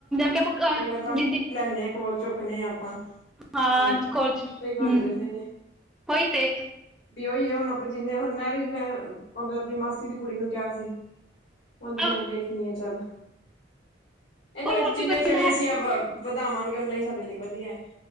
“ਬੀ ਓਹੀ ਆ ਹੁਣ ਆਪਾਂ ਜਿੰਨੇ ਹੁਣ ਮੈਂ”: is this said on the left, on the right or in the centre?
Left